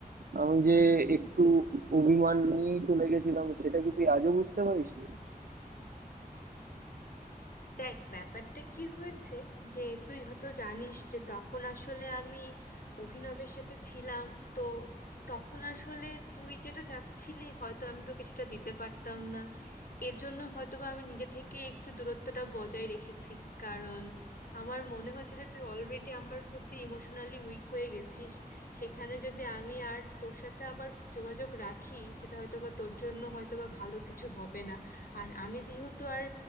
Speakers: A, on the right; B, on the left.
A: আমি যে একটু অভিমান নিয়েই চলে গেছিলাম সেটা কি তুই আজও বুঝতে পারিস নি?
B: দেখ ব্যাপারটা কি হয়েছে যে তুই হয়তো জানিস যে তখন আসলে আমি অভিনবের সাথে ছিলাম তো তখন আসলে তুই যেটা চাচ্ছিলি হয়তো আমি তোকে সেটা দিতে পারতাম না এর জন্য হয়তো বা আমি নিজে থেকে একটু দূরত্বটা বজায় রেখেছি কারণ আমার মনে হয়েছে যে তুই অলরেডি আমার প্রতি ইমোশনালি উইক হয়ে গেছিস সেখানে যদি আমি আর তোর সাথে আবার যোগাযোগ রাখি সেটা হয়তো বা তোর জন্য হয়তো বা ভালো কিছু হবে না আর আমি যেহেতু আর